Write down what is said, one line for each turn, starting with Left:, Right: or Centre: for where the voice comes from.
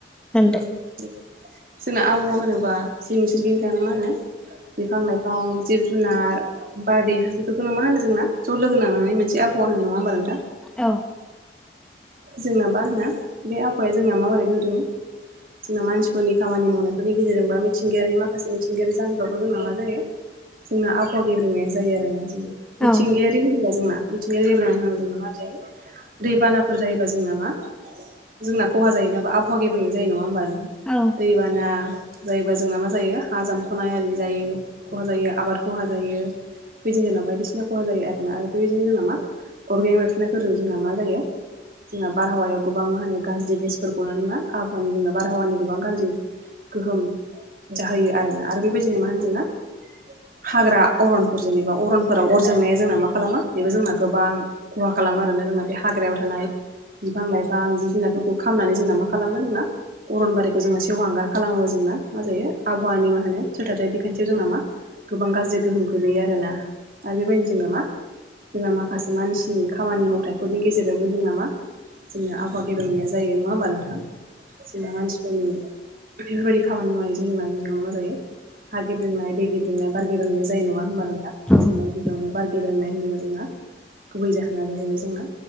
Centre: होनदो
Right: उम दे जोंना आबाहावा होनोबा जोंनि सोरगिदिं थानाय मा होनो बिफां लाइफां जिब जुनार बारदै हा बेफोर खौनो मा होनो जोंना ज' लोगोनानानै मोनसे आबहावा होनो नङा होमबा नोंथां?
Centre: औ
Right: जोंना मा होननो बे आहावाया जोंना माबोरै गोब्रेङो जोंना मानसिफोरनि खामानि मावनायफोरनि गेजेरजोंबा मिथिंगायारि माखासे मिथिंगायारि जाहोनफ्रावबो जोंना मा जायो? जोंना आबहावा गेब्रेंनाया जायो आरोना जोंना
Centre: औ
Right: मिथिंगायारि होनोब्ला जोंना मिथिंगायारि गेब्रेंनाय होनोब्ला जोंना मार जायो दैबाना फोर जायोबा जोंना मा जोंना ख'हा जायो नाबा आबहावा गेब्रेंनाय जायो नङा होमबा
Centre: औ
Right: दैबाना जायोबा जोंना मा जायो हा जामख'नाय आरि जायो ख'हा जायो आबाद ख'हा जायो। बेदिनो जोंना बायदिसिना ख'हा जायो आरोना बेदिनो जोंनाव मा अरगें लबेरफ्रुनायजों जोंना मा जायो जोंना बारहावायाव गोबां मा होनो गाज्रि गेसफोर गनानै मा आहावानि जोंना बारहावानि गोबां गाज्रि गोहोम जाहोयो आरोना आरो बेबायदिनो मा होनो जोंना हाग्रा अरनफोर जेनेबा अरनफोराव अर जोंनाया जोंना मा खालामो बेबो जोंना गोबां ख'हा खालामो आरोना जोंना बे हाग्रायाव थानाय बिफां लाइफां जिब जुनारफोरखौ खालामनानै जोंना मा खालामो जोंना अरनबारिखौ जोङो सेवहांगार खालामो जोंना मा जायो आबहावानि मा होनो सोरथाथाय बिखान्थियाव जोंना मा गोबां गाज्रि गोहोम गोलैयो आरोना आरो बेबायदिनो जोंना मा जोंना माखासे मानसिनि खामानि मावथाइफोरनि गेजेरजोंबो जोंना मा जोंना आबाद गेबेंनाया जायो नङा होमबा नोंथां जोंना मानसि नि बेफोरबायदि खामानि मावनायजों जोंना गिबियावनो मा जायो हा गेब्रेंनाय दै गेब्रंनाय बार गेब्रेंनाय जायो नङा होमबा नोंथां?
Centre: औ
Right: सोंनाय गिबियावनो बार गेब्रेंनाय होनोबा जोंना गुबै जाहोना जाहैबाय जोंना